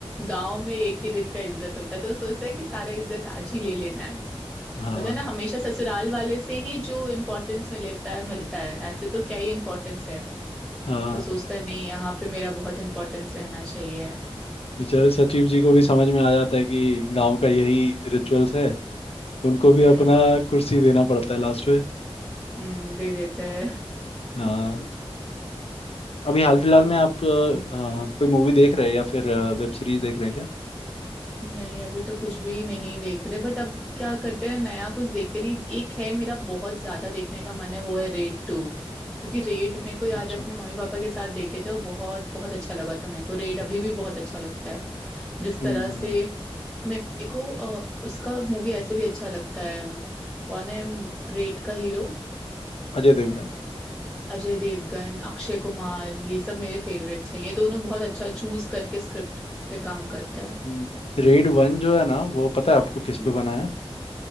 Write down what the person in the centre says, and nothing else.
गाँव में एक ही दिन का इज्जत होता है तो वो सोचता है कि सारा इज्जत आज ही ले लेना है
होता है ना हमेशा ससुराल वाले से ही जो इम्पोर्टेंस में लेता है मिलता है ऐसे तो क्या ही इम्पोर्टेंस है
तो सोचता है नहीं यहाँ पे मेरा बहुत इम्पोर्टेंस रहना चाहिए
हम्म
हम्म दे देता है <laughs>
हम्म
नहीं अभी तो कुछ भी नहीं देख रहे बट अब क्या करते हैं ना नया कुछ देखते नहीं एक है मेरा बहुत ज्यादा देखने का मन है वो है रेड टू क्योंकि रेड मेरे को याद
है अपने मम्मी पापा के साथ देखे थे और बहुत बहुत अच्छा लगा था मेरे को रेड अभी भी बहुत अच्छा लगता है जिस
तरह
से
मेरे को अ, उसका मूवी ऐसे भी अच्छा लगता है कौन है रेड का हीरो
अजय देवगन अक्षय कुमार ये सब मेरे फेवरेट्स हैं ये दोनों बहुत अच्छा चूज करके स्क्रिप्ट पे काम करता
है